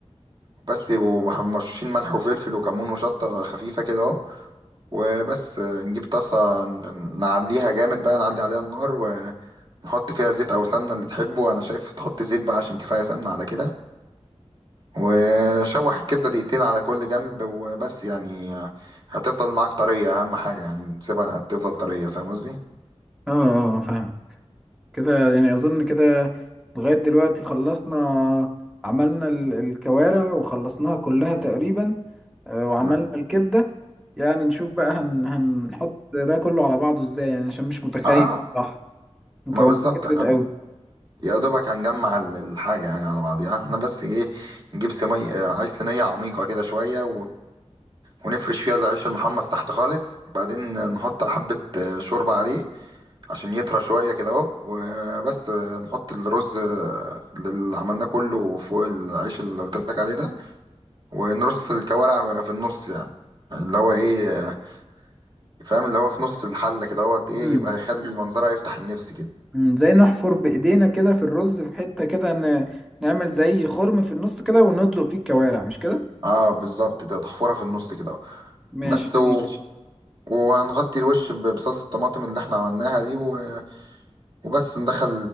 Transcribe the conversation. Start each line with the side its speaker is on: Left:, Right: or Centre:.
Right: بس يبقوا مح- مرشين ملح وفلفل وكمون وشطة خفيفة كده اهو وبس آه، نجيب طاسة ن- نعليها جامد بقى نعلي عليها النار ونحط فيها زيت أو سمنة اللي تحبه أنا شايف تحط زيت بقى عشان كفاية سمنة على كده وشوح الكبدة دقيقتين على كل جنب وبس يعني آه، هتفضل معاك طرية أهم حاجة يعني تسيبها تفضل طرية فاهم قصدي؟
Centre: اه اه آه، فاهم كده يعني أظن كده لغاية دلوقتي خلصنا عملنا ال- الكوارع وخلصناها كلها تقريبا آه، وعملنا
Right: مم.
Centre: الكبدة يعني نشوف بقى هن... هنحط ده كله على بعضه ازاي يعني عشان مش متخيل
Right: اه
Centre: صراحة مكونات
Right: ما بالظبط
Centre: كترت
Right: احنا
Centre: قوي
Right: يا دوبك هنجمع ال- الحاجة يعني على بعضيها احنا بس ايه نجيب صينية آه، عايز صينية عميقة كده شوية ونفرش فيها العيش المحمص تحت خالص بعدين نحط حبة آه، شوربة عليه عشان يطرى شوية كده اهو وبس آه، نحط الرز آه، اللي عملناه كله فوق العيش اللي قلت لك عليه ده ونرص الكوارع في النص يعني اللي هو ايه آه، فاهم اللي هو في نص الحلة كده اهوت ايه
Centre: مم.
Right: يبقى يخلي منظرها يفتح النفس كده
Centre: مم. زي نحفر بإيدينا كده في الرز في حتة كده ن... نعمل زي خرم في النص كده وندلق فيه الكوارع مش كده؟
Right: اه بالظبط كده، تحفرها في النص كده اهو
Centre: ماشي
Right: بس
Centre: لذيذ
Right: و... وهنغطي الوش ب- بصلصة الطماطم اللي احنا عملناها دي و... وبس ندخل